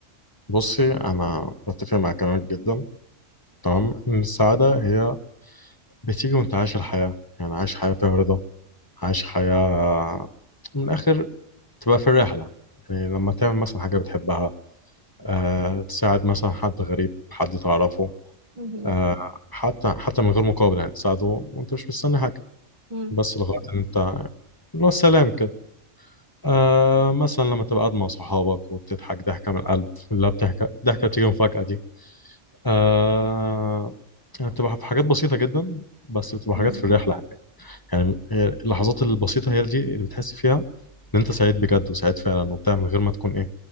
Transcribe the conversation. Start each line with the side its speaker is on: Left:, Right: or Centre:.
Left: بصي انا بتفق مع كلامك جدا تمام ان السعاده هي بتيجي وانت عايش الحياه يعني عايش حياه فيها رضا عايش حياه من الاخر تبقى في الرحله يعني لما تعمل مثلا حاجه بتحبها أه تساعد مثلا حد غريب حد تعرفه
Right: مهم.
Left: أه حتى حتى من غير مقابل يعني تساعده وانت مش مستني حاجه
Right: مم.
Left: بس لغايه ان انت اللي هو السلام كده آه مثلا لما تبقى قاعد مع صحابك وبتضحك ضحكة من القلب اللي هي بتحكي ضحكة بتيجي مفاجأة دي آه يعني بتبقى في حاجات بسيطة جدا بس بتبقى
Right: مظبوط
Left: حاجات في الرحلة يعني اللحظات البسيطة هي دي اللي بتحس فيها إن أنت سعيد بجد وسعيد فعلا وبتاع من غير ما تكون إيه